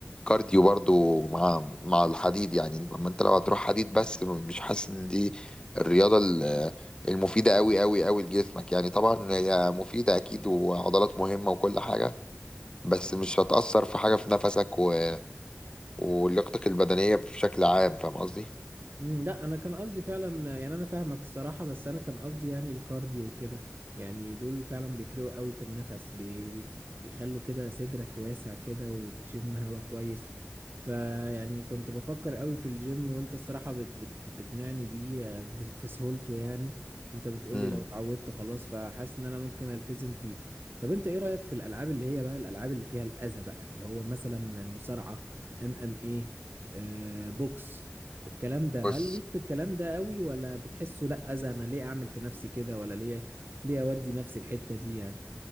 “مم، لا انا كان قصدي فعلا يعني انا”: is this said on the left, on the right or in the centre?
Right